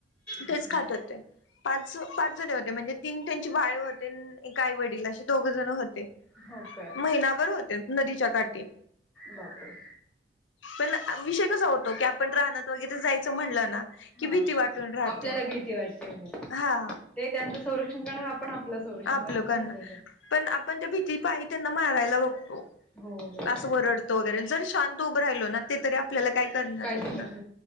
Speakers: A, in the centre; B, on the left.
A: अच्छा
B: तेच खात होते पाच पाच जण होते म्हणजे. तीन त्यांची बाळे होते एक आई वडील असे दोघ जण होते.
A: हो काे
B: महिनाभर होते नदीच्या काठी
A: बापर.
B: पण विषय कसा होतो की आपण राहनत वगैरे जायचं म्हणलं ना.
A: हा
B: कि भीती वाटून राहते
A: आपल्याला भीती वाटते हो.
B: हा.
A: ते त्यांचं संरक्षण कर आपण आपलं संरक्षण
B: आप लोकांना
A: असं झालं.
B: पण आपण त्या भीती पाहि त्यांना मारायला बघतो.
A: हो हो.
B: असं वरडतो वगैरे जर शांत उभं राहिलो ना ते तरी आपल्याला काय करणार
A: काहीच
B: आहेत ना.
A: गरज